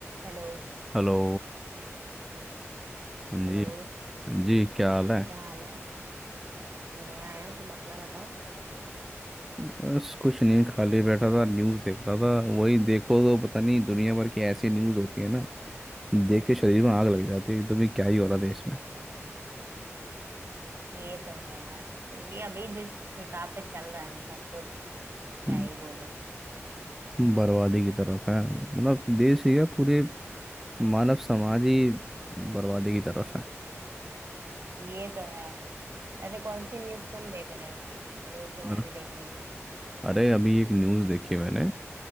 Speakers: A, on the right; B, in the centre.
A: Hello
B: Hello हाँ जी
A: Hello
B: हाँ जी क्या हाल है
A: क्या हाल है बढ़िया है तुम अपना बताओ
B: बस कुछ नहीं खाली बैठा था न्यूज़ देख रहा था वही देखो तो पता नहीं दुनिया भर की ऐसी न्यूज़ होती है ना देख के शरीर में आग लग जाती है कि तो भी क्या ही हो रहा देश में
A: ये तो है यार क्योंकि अभी जिस हिसाब से चल रहा है ना सब कुछ क्या
B: हम्म,
A: ही बोले
B: बर्बादी की तरफ है मतलब देश ही है पूरे मानव समाज ही बर्बादी की तरफ है
A: ये तो है वैसे कौन सी न्यूज़ तुम देख रहे हो न्यूज़ तो मैं
B: और
A: भी देख रही थी
B: अरे अभी एक न्यूज़ देखी मैंने